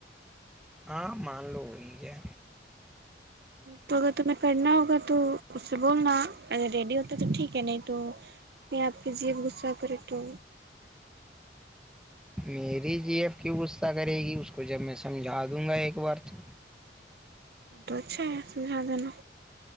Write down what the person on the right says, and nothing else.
تو اگر تمہیں کرنا ہوگا تو اس سے بولنا اگر ریڈی ہوتا تو ٹھیک ہے نہیں تو آپ کے جی صہ کرے تو
ا تو اچھے سمھ دینا